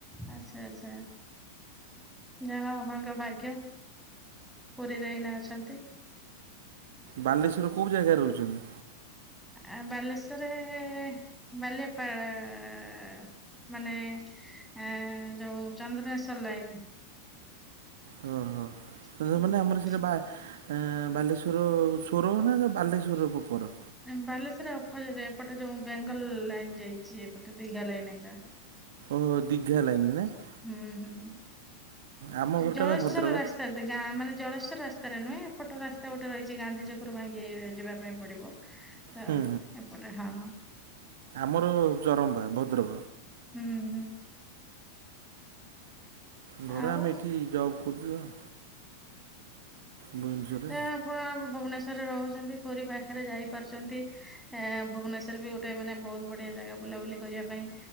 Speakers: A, in the centre; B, on the right.
A: ଆଛା ଆଛା। ଯାହା ହଉ ଆପଣଙ୍କ ଭାଗ୍ୟ ପୁରୀରେ ଏଇନା ଅଛନ୍ତି।
B: ବାଲେଶ୍ୱର କୋଉ ଜାଗାରେ ରହୁଛନ୍ତି?
A: ଆ ବାଲେଶ୍ଵରରେ ବାଲିଆପାଳ ଅ ମାନେ ଏଁ ଯୋଉ ଚନ୍ଦ୍ରେଶ୍ଵର ଲାଇନ୍।
B: ହଁ ହଁ।
A: ଲାଇନ
B: ମାନେ ଆମର ସେଇଟା ବା ବାଲେଶ୍ୱର ସ୍ୱର ନା ବାଲେଶ୍ୱର ପ୍ରପର?
A: ବାଲେଶ୍ୱର ଅପୋରେ ଏପଟେ ଯୋଉ ବେଙ୍ଗଲ ଲାଇନ୍ ଯାଇଛି ଏପଟେ ଦିଘା ଲାଇନ୍ ଏକା।
B: ଓହୋ ଦୀଘା ଲାଇନ ନାଇଁ।
A: ହୁଁ ହୁଁ
B: ଆମ ଘରଟା
A: ଜଳେସ୍ଵର
B: ବା ଭଦ୍ରକ।
A: ରା ଗାଁ ମାନେ ଜଳେସ୍ୱର ରାସ୍ତାରେ ନୁହେଁ ଏପଟ ରାସ୍ତା ଗୋଟେ ରହିଛି ଗାନ୍ଧି ଛକରୁ ଭାଙ୍ଗି ଇ ଯିବା ପାଇଁ। ପଡିବ ତ
B: ହୁଁ
A: ଏପଟେ ହଁ
B: ମୋର ଚରମ୍ପା ଭଦ୍ରକ
A: ହୁଁ ହୁଁ।
B: ଘରେ
A: ଆଉ
B: ଆମେ ଏଠି ଯବ କରଚୁ ଆଉ। ଭୁବନେଶ୍ୱରରେ
A: ଜା ଆପ ଭୁବନେଶ୍ୱରରେ ରହୁଛନ୍ତି ପୁରୀ ପାଖରେ ଯାଇପାରୁଚନ୍ତି। ଏ ଭୁବନେଶ୍ଵର ବି ଗୋଟେ ମାନେ ବହୁତ ବଢିଆ ଜାଗା ବୁଲାବୁଲି କରିବା ପାଇଁ।